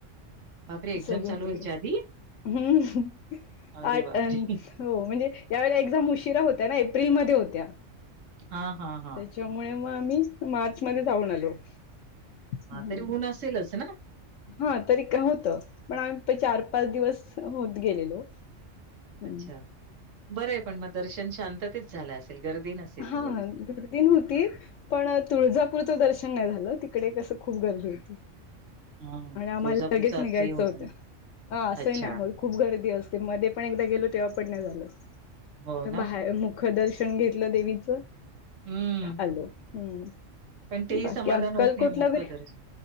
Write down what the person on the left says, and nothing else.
सगळं
तिकडे.
हम्
आठवण.
हो म्हणजे या वेळेला एक्झाम उशिरा होत्या ना एप्रिलमध्ये होत्या.
त्याच्यामुळे मग आम्ही मार्च मध्ये जाऊन आलो. हम्म.
हा तरी का होतं पण आम्ही चार पाच दिवस होत गेलेलो. हम्म.
हा
गर्दी नवती. पण तुळजापूरचं दर्शन नाही झालं तिकडे कसं खूप गर्दी होती.
आणि आम्हाला
लगेच निघायचं
होतं
हा असं
हाय ना आपन. खूप गर्दी असते मध्ये पण एकदा गेलो तेव्हा पण नाही झाल
बाहे मुख दर्शन घेत तल देवीचं.
आलो हं.
बाकी
अक्कलकोटला
वगैरे..